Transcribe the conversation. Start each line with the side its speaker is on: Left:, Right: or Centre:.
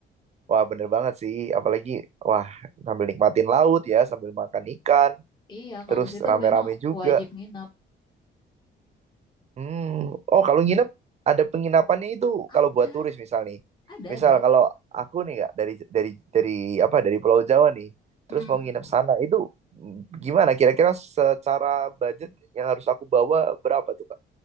Right: Wah, bener banget sih. Apalagi, wah, sambil nikmatin laut ya, sambil makan ikan,
Left: Iya,
Right: terus
Left: kalau situ
Right: rame-rame
Left: memang
Right: juga.
Left: wajib nginep.
Right: Hmm, oh kalau nginep ada penginapannya itu
Left: Ada
Right: kalau buat turis misal nih.
Left: ada
Right: Misal
Left: ada,
Right: kalau aku nih kak dari dari dari apa dari Pulau Jawa nih,
Left: mhm.
Right: terus mau nginep sana itu mm, gimana? Kira-kira secara budget yang harus aku bawa berapa tuh kak?